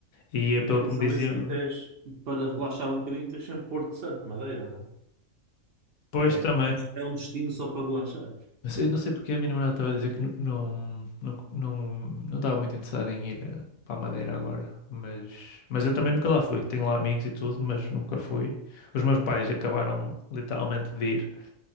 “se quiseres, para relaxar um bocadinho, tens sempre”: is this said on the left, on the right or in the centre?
Right